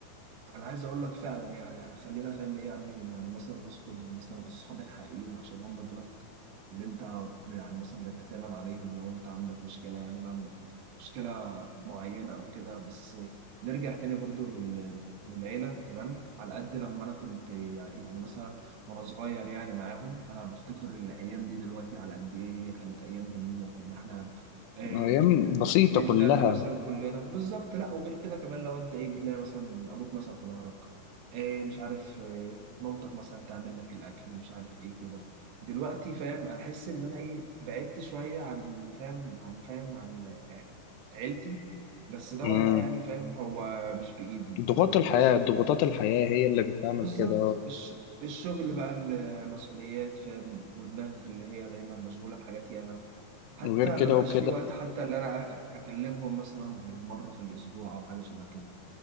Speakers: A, on the right; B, on the left.
A: انا عايز اقول لك فعلا يعني يعني خلينا فاهم ايه يعني يعني مثلا نذكر مثلا الصحاب الحقيقيين عشان هم دول اللي انت يعني مثلا بتعتمد عليهم لو انت عندك مشكلة يعني مع م- مشكلة معينة او كده بس نرجع تاني برضو لل... للعيلة تمام على قد لما انا كنت يعني يعني مثلا وانا صغير يعني معاهم انا بفتكر الايام دي دلوقتي على قد ايه هي كانت ايام جميلة كنا احنا آم،
B: ايام بسيطة
A: بنتلم
B: كلها
A: مثلا كلنا بالظبط لا وغير كده كمان لو انت ايه بتلاقي مثلا ابوك مثلا في ظهرك آه، مش عارف آه، مامتك مثلا تعمل لك الاكل مش عارف ايه كده دلوقتي فاهم انا احس ان انا ايه بعدت شويه عن فاهم عن فاهم عن آه، عيلتي بس ده
B: مم.
A: والله يعني فاهم هو مش بايدي
B: ضغوط
A: يعني
B: الحياة
A: هو الشغل
B: ضغوطات الحياة هي اللي بتعمل
A: بالظبط
B: كده
A: الش... الشغل بقى المسؤوليات فاهم ودماغك اللي هي دايما مشغوله بحاجات ياما حتى
B: وغير كده
A: ما بقاش
B: وكده
A: في وقت حتى اللي انا أ- اكلمهم مثلا غير مره في الاسبوع او حاجه شبه كده